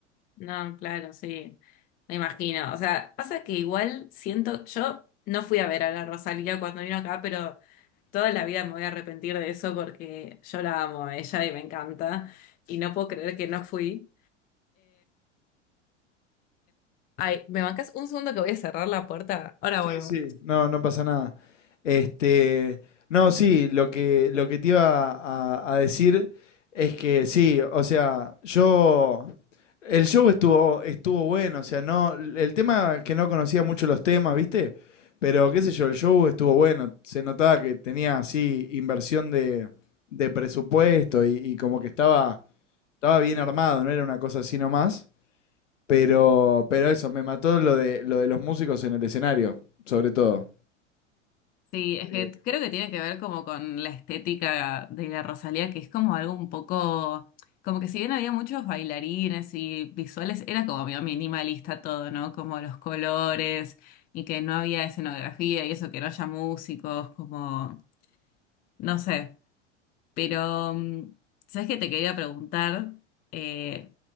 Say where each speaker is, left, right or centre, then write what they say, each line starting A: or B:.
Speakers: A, on the left; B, on the left.
A: No, claro, sí. Me imagino. O sea, pasa que igual siento, yo no fui a ver a la Rosalía cuando vino acá, pero... Toda la vida me voy a arrepentir de eso porque yo la amo a ella y me encanta. Y no puedo creer que no fui. Ay, ¿me bancas un segundo que voy a cerrar la puerta? Ahora
B: Sí,
A: vuelvo.
B: sí, no, no pasa nada. Este, no, sí, lo que, lo que te iba a, a decir es que sí, o sea, yo, el show estuvo, estuvo bueno, o sea, no, el tema que no conocía mucho los temas, ¿viste? Pero qué sé yo, el show estuvo bueno, se notaba que tenía así inversión de, de presupuesto y, y como que estaba, estaba bien armado, no era una cosa así nomás. Pero, pero eso, me mató lo de, lo de los músicos en el escenario, sobre todo.
A: Sí, es
B: Sí.
A: que creo que tiene que ver como con la estética de la Rosalía, que es como algo un poco, como que si bien había muchos bailarines y visuales, era como medio minimalista todo, ¿no? Como los colores y que no había escenografía y eso, que no haya músicos, como, no sé. Pero, mm, ¿sabes qué te quería preguntar? Eh,